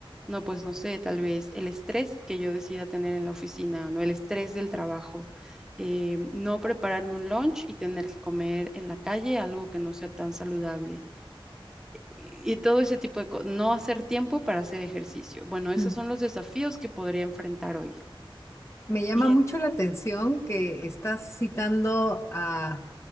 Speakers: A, in the centre; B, on the left.
A: No, pues no sé, tal vez el estrés que yo decida tener en la oficina, ¿no? El estrés del trabajo, eh, no prepararme un lunch y tener que comer en la calle algo que no sea tan saludable. Y, y todo ese tipo de cosas, no hacer tiempo para hacer ejercicio. Bueno, esos
B: Ujú.
A: son los desafíos que podría enfrentar hoy.
B: Me llama
A: Y
B: mucho
A: en-
B: la atención que estás citando a